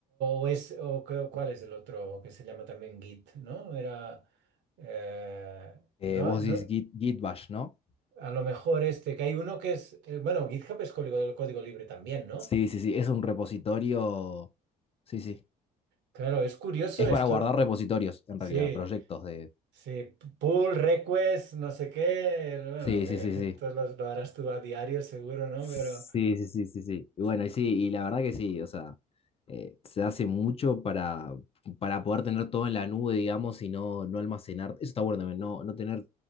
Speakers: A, on the right; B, on the left.
A: o es, o cu- cuál es el otro que se llama también Git, ¿no? Era, eh,
B: Eh,
A: no,
B: vos
A: no,
B: decís Git, Git Bash, ¿no?
A: a lo mejor este, que hay uno que es, eh, bueno, GitHub es código, código libre también, ¿no?
B: Sí, sí, sí, es un repositorio. Sí, sí.
A: Claro, es curioso
B: Es
A: esto.
B: para guardar repositorios, en
A: Sí,
B: realidad, proyectos de.
A: sí, pull, request, no sé qué, bueno,
B: Sí,
A: que
B: sí, sí, sí.
A: <laughs> tú lo, lo harás tú a diario seguro, ¿no?
B: Sí,
A: Pero...
B: sí, sí, sí, sí. Y bueno, y sí, y la verdad que sí, o sea, eh, se hace mucho para, para poder tener todo en la nube, digamos, y no, no almacenar. Eso está bueno también, no, no tener